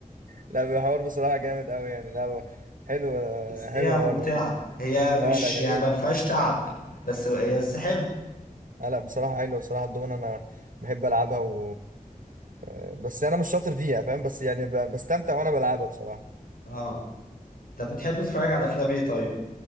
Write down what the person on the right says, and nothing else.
لا بيحور بصراحه جامد قوي يعني لا هو حلو
حلو
الحوار
ده
لا
لا جميل
بالظبط
آه، لا بصراحه حلو بصراحه الدومنه انا بحب العبها و... آه، بس انا مش شاطر فيها فاهم بس يعني ب- بستمتع وانا بلعبها بصراحه